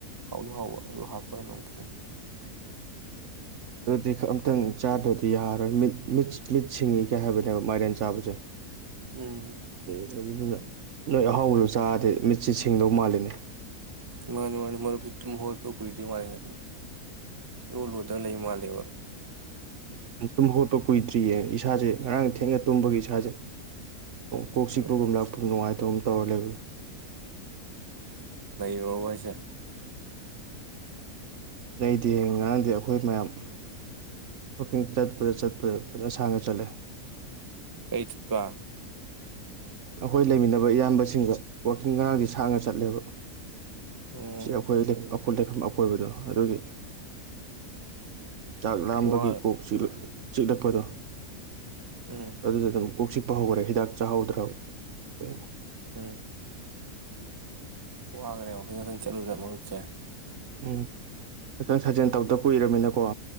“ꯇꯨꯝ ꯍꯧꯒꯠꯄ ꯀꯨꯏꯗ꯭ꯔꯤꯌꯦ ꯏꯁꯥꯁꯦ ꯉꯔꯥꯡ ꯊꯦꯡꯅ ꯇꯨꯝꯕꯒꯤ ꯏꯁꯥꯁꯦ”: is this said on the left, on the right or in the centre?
Right